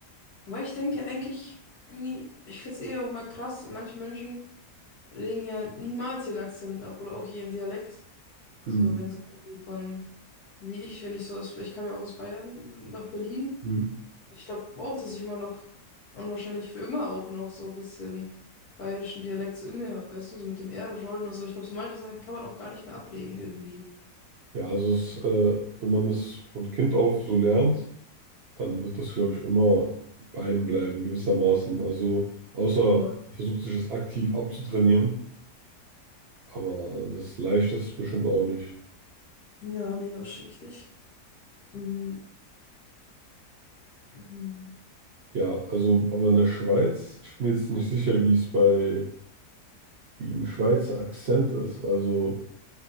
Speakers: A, on the left; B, on the right.
A: weil ich denke eigentlich, irgendwie, ich finde es eh auch immer krass, manche Menschen lehnen ja niemals ihren Akzent ab oder auch ihren Dialekt.
B: Hm,
A: So, wenn sie irgendwie von, wie ich, wenn ich so aus, ich kam ja auch aus Bayern nach Berlin.
B: hm.
A: Ich glaube auch, dass ich immer noch und wahrscheinlich für immer auch noch so ein bisschen bayerischen Dialekt so in mir habe, weißt du, so mit dem R rollen und so. Ich glaube, so manche Sachen kann man auch gar nicht mehr ablegen irgendwie.
B: Ja, also es, äh, wenn man das von Kind auf so lernt, dann wird das, glaube ich, immer bei einem bleiben, gewissermaßen. Also außer
A: Aber,
B: man versucht sich das aktiv abzutrainieren, aber das leicht ist es bestimmt auch nicht.
A: ja, nee, wahrscheinlich nicht. Mm, mm.
B: Ja, also, aber in der Schweiz, ich bin mir jetzt nicht sicher, wie es bei, wie ein Schweizer Akzent ist. Also,